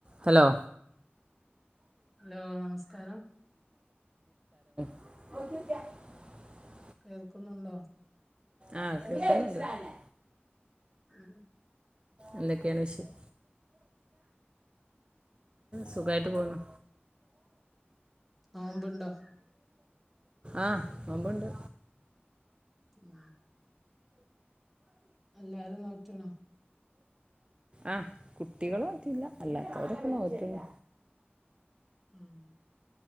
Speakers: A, on the right (about 25°); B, in the centre.
A: Hello
B: hello നമസ്കാരം
A: <unintelligible>
B: കേൾക്കുന്നുണ്ടോ
A: ആ കേൾക്കുന്നുണ്ട്
B: ഉം.
A: എന്തൊക്കെയാണ് വിശേഷം സുഖായിട്ട് പോന്നു
B: നോമ്പുണ്ടോ
A: ആ നോമ്പുണ്ട്
B: ഉം എല്ലാരു നോറ്റു ണേ
A: ആഹ കുട്ടികൾ നോക്കില്ല അല്ലാത്തോരൊക്കെ നോറ്റുണ്
B: ഉം